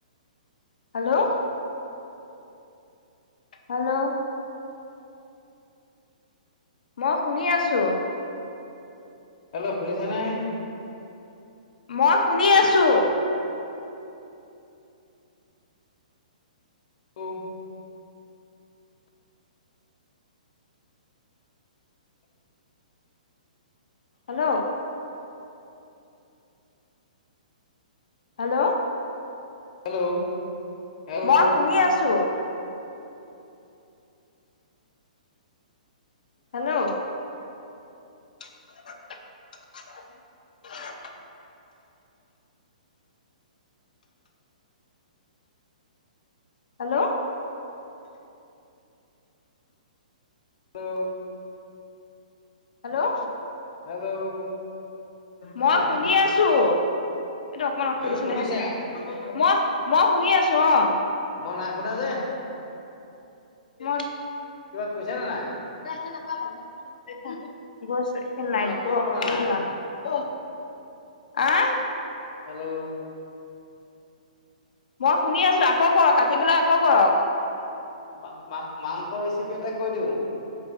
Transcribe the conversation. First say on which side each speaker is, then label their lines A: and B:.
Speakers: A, on the left; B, on the left.
A: হেল্ল'? হেল্ল'? মই শুনি আছো।
B: হেল্ল' শুনিছা নে?
A: মই শুনি আছো।
B: ল্ল'?
A: হেল্ল'? হেল্ল'?
B: হেল্ল' হেল্ল'
A: মই শুনি আছো। Hello? <unintelligible> Hello?
B: Hello?
A: Hello?
B: Hello?
A: মই শুনি আছো। এইটো অকমান অফ
B: তুমি
A: কৰি দেছোন
B: শুনিছা?
A: দেহা। মই, মই শুনি আছো অ'।
B: মই নাই শুনা যে?
A: মই
B: কিবা কৈ শুনিচানে নাই?
A: <unintelligible> গৈছো এ লাইট
B: মই একোৱে
A: বোৰ অফ
B: শুনা
A: কৰি
B: নাই।
A: লোৱা। অ', আহ'?
B: হেল্ল'।
A: মই শুনি আছো, আকৌ কৰক কাটি পেলাই আকৌ কৰক।
B: মা মা মাংস ৰেচিপি এটা কৈ দিওঁ?